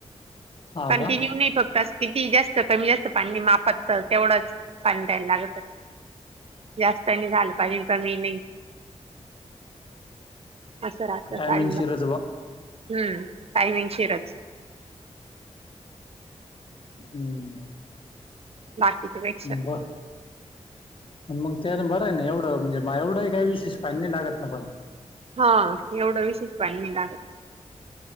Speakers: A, on the left; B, on the right.
A: हा
B: कंटिन्यू
A: का
B: नाही फक्त किती जास्त कमी जास्त पाणी मापत तेवढंच पां द्यायला लागतच जास्त नाही झालं पाहिजे का मी नाही असं राहत
A: टईमिंग
B: डाळिंबात
A: सिरजबा
B: हम्म टाईमिंग शिरच
A: हम्म
B: बाकीचचे भेट
A: वा पण मग त्याना बरं आहे ना एवढं म्हणजे मा एवढंही काही विशेष पाहिनी लागत ना पण
B: हा एवढं विशेष पाणडाग